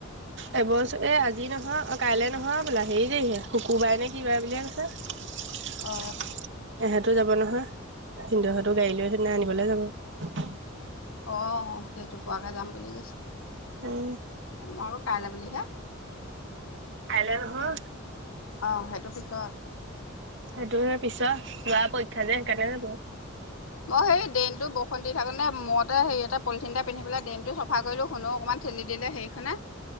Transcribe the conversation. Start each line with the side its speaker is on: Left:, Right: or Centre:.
Right: এবছৰীয়া আজি নহয়‌ অ কাইলে নহয় বোলে হেৰি তাৰিখে শুকুৰ বাৰে নে কি বাৰে বুলিহে কৈছে।
Left: অ
Right: এহেঁতো যাব নহয় ভিন্দহঁতৰ গাড়ী লৈ সিদনা খনি ঘৰলে যাব।
Left: অ' সেইটো পোৱাকে যাম বুলি কৈছে।
Right: উম
Left: অ' মই আকৌ কাইলৈ বুলিহে।
Right: কাইলৈ নহয়।
Left: অ' সেইটো পিছত।
Right: সেইটোহে পিছৰ লৱা পৰীক্ষা যে সেইকাৰণে হব।
Left: মই সেই ডেইনটো বসন্তি থাকোঁতেনে মদ তে হেয়ি এটা পলিথিন এটা পিন্ধি পেলাই ড্ৰেইন টো চফা কৰিলোঁ শুনো অকমান ঠেলি দিলে হেৰিখনে।